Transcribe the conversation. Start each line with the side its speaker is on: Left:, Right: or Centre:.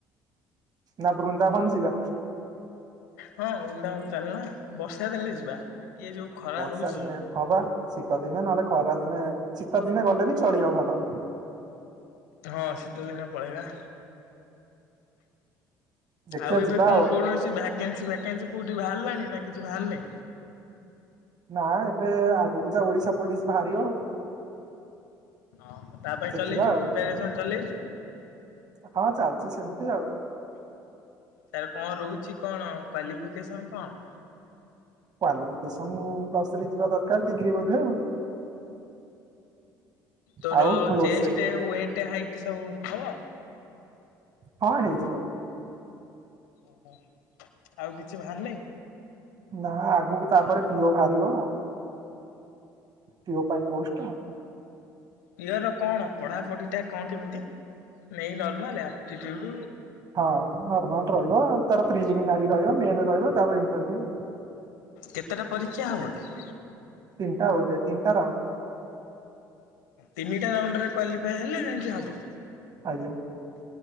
Right: ନା ବୃନ୍ଦାବନ୍ ଯିବା?
Left: ହଁ ବୃନ୍ଦାବନ ଚାଲୁନ ବର୍ଷା ଦେଲେ ଯିବା। ଇଏ ଯୋଉ ଖରା
Right: ବର୍ଷା
Left: ହଉଛି
Right: ଦିନେ ହବା ଶୀତ ଦିନେ ନହେଲେ ଖରା ଦିନେ ଶୀତ ଦିନେ ଗଲେ ବି ଚଳିବ ଭଲ।
Left: ହଁ ଶୀତ ଦିନେ ପଳେଇବା।
Right: ଦେଖିବା
Left: ଆଉ ଏବେ
Right: ଯିବା
Left: କଣ କଣ ଅଛି ଭ୍ୟାକେନ୍ସି ଫ୍ୟାକେନ୍ସି କୋଉଠି ବାହାରିଲାଣି ନା କିଛି ବାହାର ନି?
Right: ନା ଏବେ ଆଗକୁ ଯା ଓଡିଶା ପୋଲିସ ବାହାରିବ।
Left: ହଁ ତା ପାଇଁ
Right: ଦେଖିବା
Left: ଚଲେଇଛୁ
Right: ଆଉ
Left: ପ୍ରିପାରେସନ୍ ଚଲେଇଛୁ।
Right: ହଁ ଚାଲଛି ସେମିତି ଆଉ।
Left: ତାର କଣ ରହୁଛି କଣ କ୍ଵାଲିଫିକେସନ କଣ?
Right: କ୍ୱଲିଫିକେସନ ପ୍ଲସରେ ଥିବା ଦରକାର ଡିଗ୍ରୀ ବୋଧେ ଆଉ।
Left: ତୋର
Right: ଆଉ ରୋଷେଇ
Left: ଚେଷ୍ଟ ୱେଟ ହାଇଟ ସବୁ ହବ।
Right: ହଁ ହେଇଥିବ।
Left: ଓହୋ ଆଉ କିଛି ବାହାରନି।
Right: ନା ଆଗକୁ ତାପରେ ପିଅ ବାହାରିବ। ପିଅ ପାଇଁ ପୋଷ୍ଟ
Left: ପିଅର କଣ ପଢ଼ାପଢିଟା କଣ କେମିତି ନେଇ ନର୍ମାଲ ଆପ୍ଟିୁଡ
Right: ହଁ ନର୍ମଲ ରହିବ ତାର ପ୍ରିଲିମ ନାରୀ ରହିବ ମେନ ରହିବ ତାପରେ ଇଣ୍ଟରଭିୟୁ।
Left: କେତେଟା ପରୀକ୍ଷା ହବ କି।
Right: ତିନିଟା ହଉ ତିନିଟା ର
Left: ତିନିଟା ରାଉଣ୍ଡରେ କ୍ୱାଲିଫଏ ହେଲେ ଯାଇକି ହବ।
Right: ଆଜ୍ଞା।